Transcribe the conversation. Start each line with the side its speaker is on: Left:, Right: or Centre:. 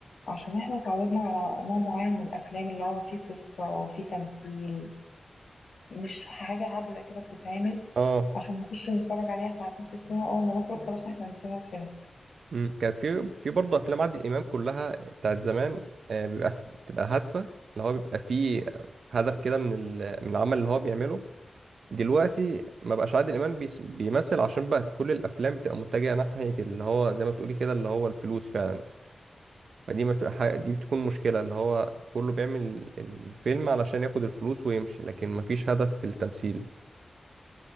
Left: عشان إحنا اتعودنا على نوع معين من الأفلام اللي هو فيه قصة وفيه تمثيل مش حاجة هبلة كده بتتعمل
Right: اه
Left: عشان نخش نتفرج عليها ساعتين في السينما أول ما نخرج خلاص إحنا نسينا الفيلم
Right: مم. كان في في برضه افلام عادل امام كلها بتاعت زمان آه، بيبقى ف- بتبقى هادفه اللي هو بيبقى فيه هدف كده من ال- من العمل اللي هو بيعمله دلوقتي ما بقاش عادل امام بيس- بيمثل عشان بقى كل الافلام بتبقى متجهه ناحيه اللي هو زي ما بتقولي كده اللي هو الفلوس فعلا فدي ما بتبقى حاجة- دي بتكون مشكله اللي هو كله بيعمل الفيلم علشان ياخد الفلوس ويمشي لكن ما فيش هدف في التمثيل